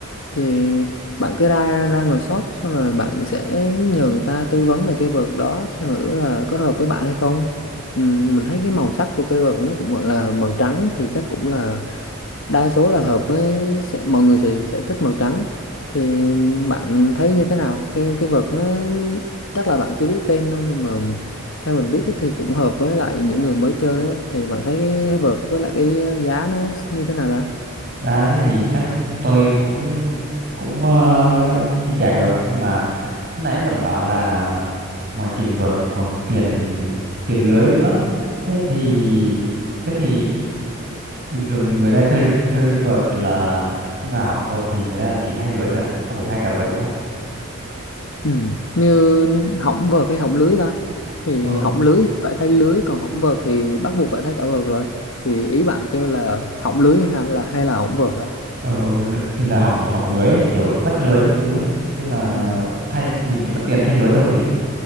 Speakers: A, on the left; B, on the right.
A: Thì bạn cứ ra ra ngoài shop xong rồi bạn sẽ nhờ người ta tư vấn về cái vợt đó xem thử là có hợp với bạn hay không. Ừm, Mình thấy cái màu sắc của cây vợt nó cũng gọi là màu trắng thì chắc cũng là đa số là hợp với sẽ, mọi người sẽ sẽ thích màu trắng thì bạn thấy như thế nào cái cái vợt nó chắc là bạn chưa biết tên đâu nhưng mà theo mình biết thì cũng hợp với lại những người mới chơi á. thì bạn thấy cái vợt với lại cái giá nó như thế nào ta
B: Ra thế thì chắc tôi cũng cũng ờ, chi trả được nhưng mà nãy bạn bảo là ngoài tiền vợt còn tiền tiền lưới nữa thế thì
A: ừ.
B: thế thì bình thường người ta chơi chơi vợt là khi mà hỏng vợt thì người ta chỉ thay lưới thôi à không phải thay cả vợt đúng không
A: Ừ. như hỏng vợt hay hỏng lưới ta thì
B: ừ
A: hỏng lưới thì phải thay lưới còn hỏng vợt thì bắt buộc phải thay cả vợt rồi thì ý bạn kêu là hỏng lưới hay là hay là hỏng vợt á
B: ừ, ừ thì là hỏng hỏng lưới ấy, kiểu rách lưới các thứ ấy thế là
A: Ừ.
B: thay mình chỉ mất tiền thay lưới thôi thì